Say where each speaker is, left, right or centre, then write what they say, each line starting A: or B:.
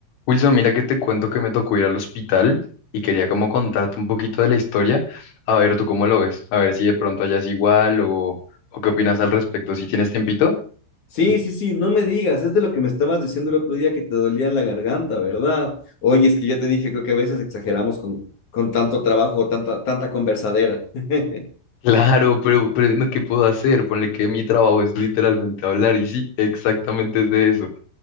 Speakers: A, on the left (about 65°); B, on the left (about 40°).
A: Wilson, mira que te cuento que me tocó ir al hospital y quería como contarte un poquito de la historia. A ver, ¿tú cómo lo ves? A ver si de pronto allá es igual o, o qué opinas al respecto. ¿Si tienes tiempito?
B: Sí, sí, sí, no me digas, es de lo que me estabas diciendo el otro día que te dolía la garganta, ¿verdad? Oye, es que ya te dije, creo que a veces exageramos con, con tanto trabajo, o tanta, tanta conversadera. <laughs>
A: Claro, pero, pero no, ¿qué puedo hacer? Ponle que mi trabajo es literalmente hablar y sí, exactamente es de eso.